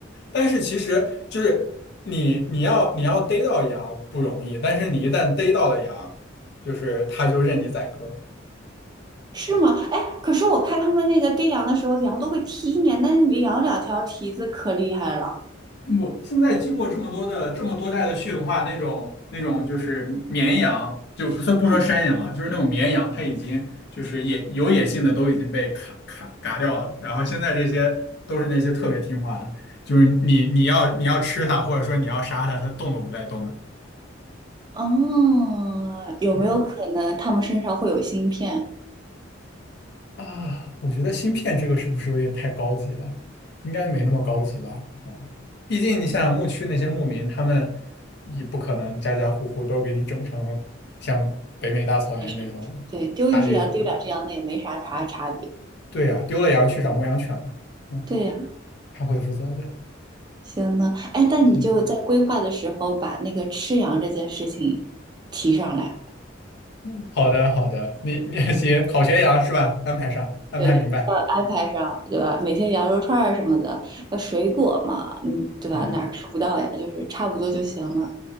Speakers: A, on the left (about 60°); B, on the right (about 20°).
A: 但是其实就是你你要你要逮到羊不容易，但是你一旦逮到了羊，就是它就任你宰割。
B: 是吗？哎，可是我看他们那个逮羊的时候，羊都会踢你，那羊两条蹄子可厉害了。
A: 我现在经过这么多的这么多代的驯化，那种那种就是绵羊，就不算不说山羊啊，
B: 嗯。
A: 就是那种绵羊，它已经就是野有野性的都已经被卡卡嘎掉了。然后现在这些都是那些特别听话的，就是你你要你要吃它，或者说你要杀它，它动都不带动的。
B: 哦，有没有可能他们身上会有芯片？
A: 嗯，啊，我觉得芯片这个是不是有点太高级了？应该没那么高级吧？毕竟你想想牧区那些牧民，他们也不可能家家户户都给你整成像北美大草原那种大地主吧？
B: 还是对，丢一只羊丢两只羊，那也没啥啥差别。
A: 对呀、丢了羊去找牧羊犬吧，嗯，
B: 对呀，
A: 他会负责的。
B: 行呢。哎，那你就在规划的时候把那个吃羊这件事情提上来，
A: 行，嗯好的好的，你你 <laughs> 行，烤全羊是吧？安排上，安排明白。
B: 对，要安排上，对吧？每天羊肉串儿什么的，要水果嘛，嗯，对吧？
A: 嗯，
B: 哪儿吃不到呀？就是差不多就行了。